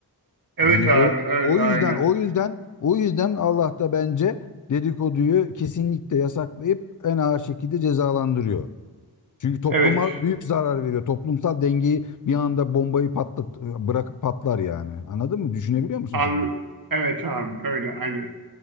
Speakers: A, on the right; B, on the left.
A: Evet
B: Yani
A: abi
B: o,
A: öyle
B: o yüzden
A: aynen.
B: o yüzden o yüzden Allah da bence dedikoduyu kesinlikle yasaklayıp en ağır şekilde cezalandırıyor. Çünkü topluma
A: Evet.
B: büyük zarar veriyor. Toplumsal dengeyi bir anda bombayı patlat bırakıp patlar yani. Anladın mı? Düşünebiliyor musun
A: An
B: sen onu?
A: evet abi öyle aynen.